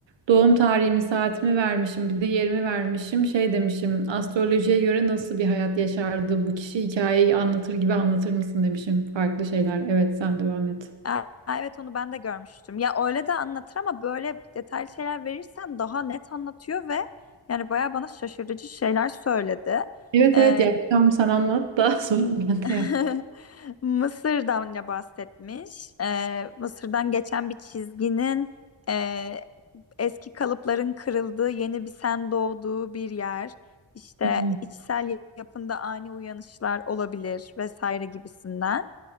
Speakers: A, on the right; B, on the left.
A: Doğum tarihimi, saatimi vermişim, bir de yerimi vermişim. Şey demişim, astrolojiye göre nasıl bir hayat yaşardı bu kişi hikayeyi anlatır gibi anlatır mısın demişim. Farklı şeyler. Evet, sen devam et.
B: Aa, evet onu ben de görmüştüm. Ya öyle de anlatır ama böyle detaylı şeyler verirsen daha net anlatıyor ve yani bayağı bana şaşırtıcı şeyler söyledi.
A: Evet
B: Ee,
A: evet yapacağım. Sen anlat da <laughs> sonra ben de
B: <laughs> Mısır'dan ne bahsetmiş? Ee, Mısır'dan geçen bir çizginin e, eski kalıpların kırıldığı, yeni bir sen doğduğu bir yer. İşte
A: yapacağım.
B: içsel yapında ani uyanışlar olabilir vesaire gibisinden.